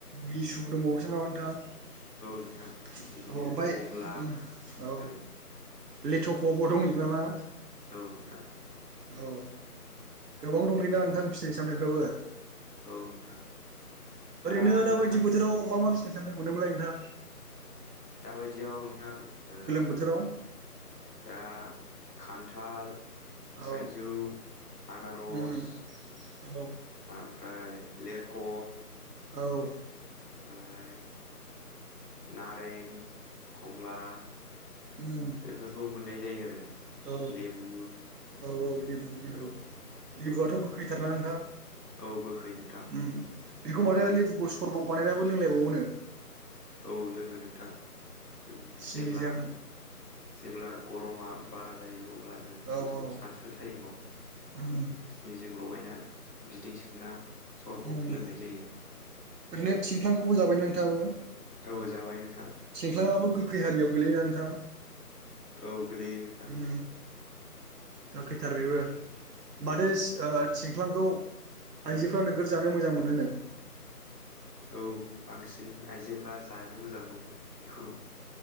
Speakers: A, on the right (about 80°); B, on the left (about 85°).
A: लिसु दंबावोसोमोन ना मा नोंथां औ
B: नोंथां बिदिनो
A: ओमफाय
B: खमला
A: उम औ
B: आरि
A: लेथ'खबो दं होनदों नामा
B: औ नोंथां
A: औ गोबां दंलैदा नोंथां फिथाइ सामथाइफ्राबो
B: औ नोंथां दा
A: ओरैनो
B: नोंथां
A: दाबायदि बोथोराव मा मा फिथा <unintelligible> मोनोमोनलाय नोंथा
B: दाबायदियाव नोंथां ओ
A: बोथोराव
B: दा खान्थाल
A: औ
B: थाइजौ आनारस
A: उम औ
B: ओमफ्राय लेरख'
A: औ।
B: ओमफ्राय नारें खमला
A: उम
B: बेफोरखौ मोननाय जायो आरो
A: औ
B: लेबु
A: औ औ लिबु लिबु,
B: औ
A: लिबुआथ'
B: औ
A: गोखैथारना नोंथां?
B: औ गोखै नोंथां
A: उम बेखौ माथो
B: नालें
A: लेबुखौ सरबग बानायनानैबो लोंलायबावोन।
B: औ लोङो नोंथां जों
A: सिनिजों
B: जेब्ला जेब्ला गरमा बारा जायो अब्ला जों
A: औ
B: बेखौ
A: औ
B: सानसु टाइमाव
A: उम
B: सिनिजों लगायना बिदै सोबना सरबक
A: उम ओरैनो
B: लोंनाय जायो
A: थिंख्लांखौबो जाबाय नोंथाङाबो?
B: औ जाबाय नोंथां।
A: थिंख्लाङाबो गोखै हारियाव गोलैयोना नोंथां?
B: औ गोलैयो नोंथां।
A: उम गोखैथार बेबो माथो
B: औ
A: थिंख्लांखौ आइजोफ्रा नोगोर जानो मोजां मोनो नो।
B: औ बांसिन आइजोफ्रा जानो मोजां मोनो बेखौ।